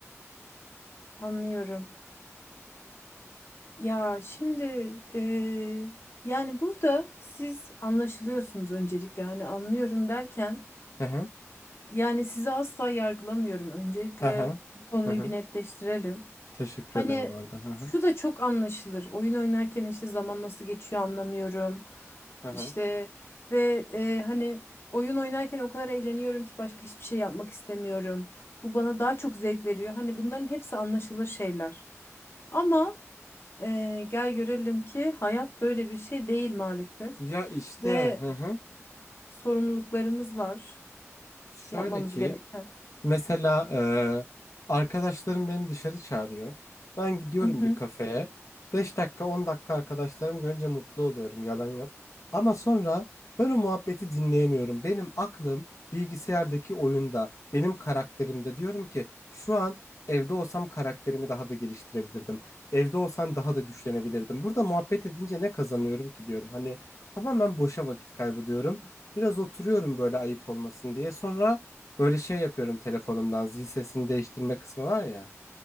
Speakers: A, on the left (about 50°); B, on the left (about 80°).
A: anlıyorum. Ya şimdi eee, yani burada siz anlaşılıyorsunuz öncelikle. Hani anlıyorum derken.
B: Hı hı.
A: Yani sizi asla yargılamıyorum. Öncelikle
B: Hı hı.
A: bu konuyu
B: Hı hı.
A: bir netleştirelim.
B: Teşekkür
A: Hani
B: ederim bu arada. Hı hı.
A: şu da çok anlaşılır. Oyun oynarken işte zaman nasıl geçiyor anlamıyorum.
B: Hı hı.
A: İşte ve e, hani oyun oynarken o kadar eğleniyorum ki başka hiçbir şey yapmak istemiyorum. Bu bana daha çok zevk veriyor. Hani bunların hepsi anlaşılır şeyler. Ama e, gel görelim ki hayat böyle bir şey değil maalesef.
B: Ya işte
A: Ve
B: hı hı.
A: sorumluluklarımız var
B: Şöyle
A: yapmamız
B: ki
A: gereken.
B: Mesela eee, arkadaşlarım beni dışarı çağırıyor. Ben gidiyorum
A: <laughs>
B: bir kafeye. Beş dakika 10 dakika arkadaşlarım görünce mutlu oluyorum yalan yok. Ama sonra ben o muhabbeti dinleyemiyorum. Benim aklım bilgisayardaki oyunda, benim karakterimde diyorum ki şu an evde olsam karakterimi daha da geliştirebilirdim. Evde olsam daha da güçlenebilirdim. Burada muhabbet edince ne kazanıyorum ki diyorum. Hani tamamen boşa vakit kaybı diyorum. Biraz oturuyorum böyle ayıp olmasın diye. Sonra Böyle şey yapıyorum telefonumdan zil sesini değiştirme kısmı var ya.